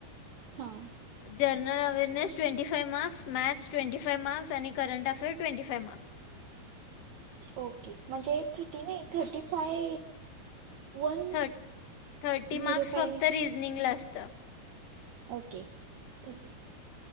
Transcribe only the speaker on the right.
हा.
Okay म्हणजे थर्टी नाही थर्टी फाय वन
झिरो
फाय
ओके थर्टी